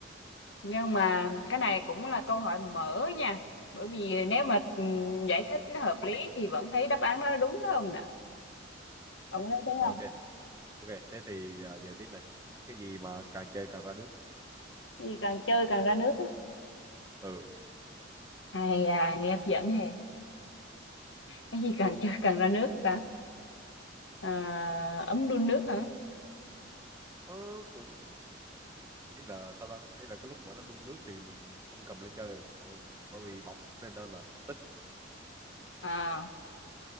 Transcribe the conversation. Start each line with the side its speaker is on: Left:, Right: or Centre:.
Left: nhưng mà cái này cũng là câu hỏi mở nha bởi vì
Right: Ừ.
Left: nếu mà ừ, giải thích nó hợp lý thì vẫn thấy đáp án nó đúng đó ông nè ông có thấy thế
Right: Rồi,
Left: không
Right: ok ok thế thì à, giờ tiếp này cái gì mà càng chơi càng ra nước
Left: cái gì càng chơi càng ra nước á
Right: ừ
Left: ai à nghe hấp dẫn hề cái gì càng chơi càng ra nước ta à, ấm đun nước hả
Right: ờ, cũng ý là sao ta ý là cái lúc mà nó đun nước thì mình không cầm lên chơi được bởi vì bỏng nên đó là không tính.
Left: à,